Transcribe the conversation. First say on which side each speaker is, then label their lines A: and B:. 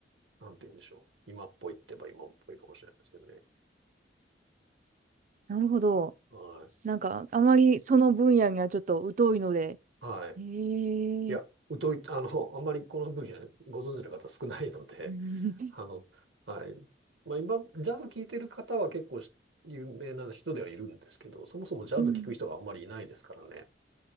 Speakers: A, on the right; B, on the right.
A: なんて言うんでしょう。今っぽいって言えば今っぽいかもしれないですけどね。
B: なるほど。
A: は
B: なんか、あまりその分野にはちょっと疎いので。
A: い。はい。
B: へ
A: いや、
B: え。
A: 疎い、あの、あんまりこの分野ご存知の方少ないので、
B: うん。
A: <laughs> あの、はい。まあ今、ジャズ聴いてる方は結構し有名な人ではいるんですけど、そもそもジャズ聴く人があんまりいないですからね。
B: <laughs>